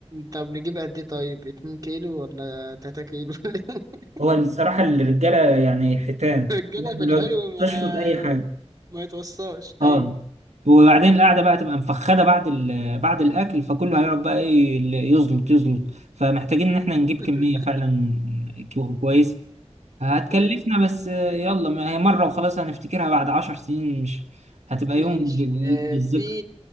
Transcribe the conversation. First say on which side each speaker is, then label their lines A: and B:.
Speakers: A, on the right (about 35°); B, on the right (about 85°).
A: طب نجيب قد إيه طيب اتنين كيلو ولا تلاتة كيلو <laughs>
B: هو الصراحة الرجالة يعني حيتان
A: الرجالة
B: برضه
A: في الحلو
B: لو
A: ما
B: تشفط اي حاجة
A: ما يتوصاش
B: اه
A: أيوه
B: وبعدين القعدة بقى تبقى مفخدة بعد ال... بعد الأكل فكله هيقعد بقى إيه اللي يزلط يزلط فمحتاجين إن إحنا نجيب
A: <laughs>
B: كمية فعلا كو- كويسة هتكلفنا
A: تمام
B: بس يلا ما هي مرة وخلاص هنفتكرها بعد عشر سنين مش هتبقى
A: ماشي
B: يوم لل-
A: آه
B: للذكر
A: في